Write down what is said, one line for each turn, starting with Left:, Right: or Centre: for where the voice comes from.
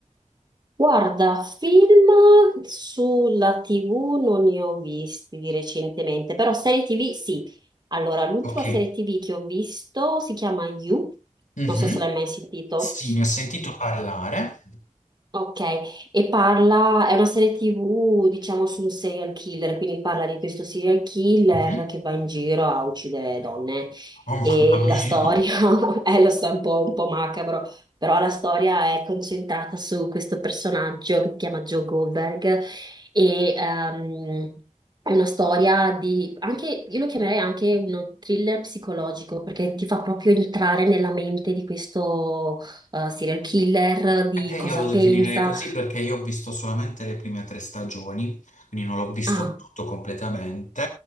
Right: Guarda, film sulla TV non ne ho visti di recentemente, però serie TV sì. Allora, l'ultima
Left: Ok.
Right: serie TV che ho visto si chiama You,
Left: Mhm.
Right: non so se l'hai mai sentito,
Left: Sì, ne ho sentito parlare.
Right: Ok, e parla, è una serie TV, diciamo, su un serial killer, quindi parla di questo serial killer
Left: Mhm.
Right: che va in giro a uccidere donne.
Left: Oh
Right: E
Left: mamma mia.
Right: la storia, <laughs> eh, lo so, è un po', un po' macabro, però la storia è concentrata su questo personaggio che si chiama Joe Goldberg e ehm, è una storia di, anche, io lo chiamerei anche uno thriller psicologico perché ti fa proprio entrare nella mente di questo eh, serial killer, di
Left: Anche
Right: cosa
Left: io lo definirei
Right: pensa.
Left: così perché io ho visto solamente le prime tre stagioni, quindi non l'ho visto
Right: Ah,
Left: tutto completamente,